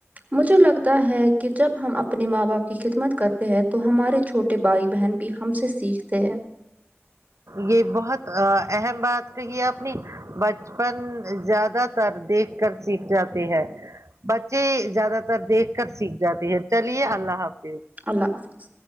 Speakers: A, on the right; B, on the right.
A: مجھے لگتا ہے کہ جب ہم اپنے ماں باپ کی خدمت کرتے ہیں تو ہمارے چھوٹے بھائی بہن بھی ہم سے سیکھتے ہیں
B: یہ بہت ا اہم بات کہی ہے آپ نے بچپن زیادہ تر دیکھ کر سیکھ جاتے ہیں بچے زیادہ تر دیکھ کر سیکھ جاتے ہیں چلیے اللہ حافظ
A: اللہ حافظ